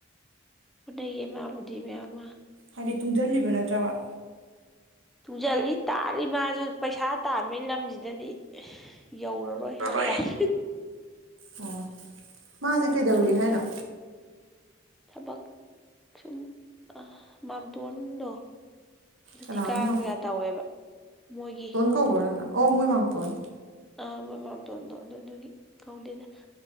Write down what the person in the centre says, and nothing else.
ꯍꯣꯠꯅꯩꯌꯦ ꯃꯥꯕꯨꯗꯤꯃꯦ ꯃꯌꯥꯝꯃ꯫
ꯇꯨꯡꯖꯜꯂꯤ ꯇꯥꯜꯂꯤ ꯃꯥꯖꯨ ꯄꯩꯁꯥ ꯇꯥꯟꯕꯒꯤ ꯂꯝꯖꯤꯗꯗꯤ ꯌꯧꯔꯔꯣꯏ
ꯍꯥꯏꯇꯥꯔꯦ
ꯃꯔꯕ
ꯅꯗ
ꯊꯕꯛ ꯁꯨꯝ ꯃꯥꯝꯇꯣꯟꯗꯣ ꯑꯗꯨ
ꯊꯤꯀꯥꯒ ꯀꯌꯥ ꯇꯧꯋꯦꯕ ꯃꯣꯏꯒꯤ
ꯑꯥ ꯃꯣꯏ ꯃꯥꯝꯇꯣꯟꯗꯣ ꯑꯗꯨꯗꯨꯒꯤ ꯀꯧꯗꯦꯗ